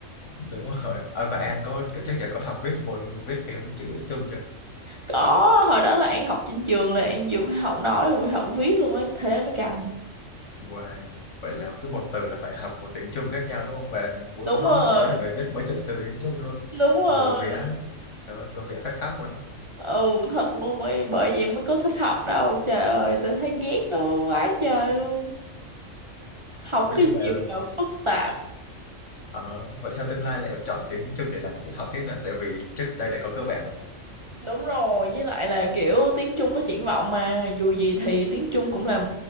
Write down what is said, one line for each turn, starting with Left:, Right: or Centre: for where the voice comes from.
Left: Đúng rồi. À, và An có kiểu chắc giờ có học viết một viết cái chữ Trung chưa?
Right: có hồi đó là An học trên trường là An vừa phải học nói vừa phải học viết luôn ấy thế mới căng
Left: Wow. Vậy là cứ một từ là phải học một tiếng Trung khác nhau đúng không? Và muốn
Right: đúng
Left: nói
Right: rồi
Left: một câu là phải viết mấy chục từ tiếng Trung luôn.
Right: đúng rồi
Left: Ngồi vẽ, trời ơi, ngồi vẽ phát khắp luôn á.
Right: ừ thật luôn ấy bởi vậy mới có thích học đâu trời ơi tao thấy ghét nó quá trời luôn học
Left: Ủa
Right: cái
Left: nhưng mà
Right: gì mà phức tạp
Left: ờ, vậy sao tương lai lại chọn tiếng Trung để làm ti- học tiếp là tại vì trước đây đã có cơ bản rồi.
Right: Đúng rồi, với lại là kiểu tiếng Trung có triển vọng mà dù gì thì tiếng Trung cũng là